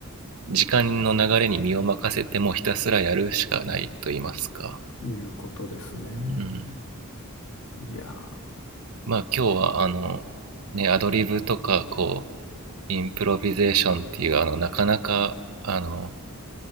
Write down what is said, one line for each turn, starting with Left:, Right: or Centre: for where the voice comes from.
Right: 時間の流れに身を任せてもひたすらやるしかないと言いますか。
Left: いうことですね。
Right: うん、
Left: いや
Right: まあ今日はあのねアドリブとかこうインプロビゼーションっていうあのなかなかあの